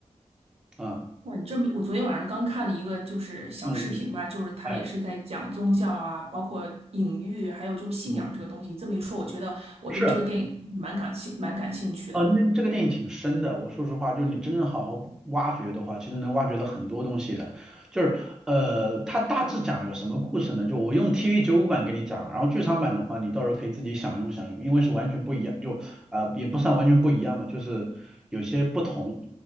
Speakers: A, in the centre; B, on the right.
A: 啊，
B: 哇，你这么，我昨天晚上刚看了一个就是小视频吧，
A: 嗯嗯，
B: 就是他也是在讲宗教啊，
A: 哎，
B: 包括隐喻，还有就是信仰这个东西。
A: 嗯，嗯
B: 你这么一说，我觉得我对这个电影蛮感兴蛮感兴趣的。
A: 是。哦，那这个电影挺深的。我说实话，就是你真正好好挖掘的话，其实能挖掘到很多东西的。就是呃，它大致讲了个什么故事呢？就我用 TV 九五版给你讲，然后剧场版的话，你到时候可以自己享用享用，因为是完全不一样，就呃也不算完全不一样吧，就是有些不同。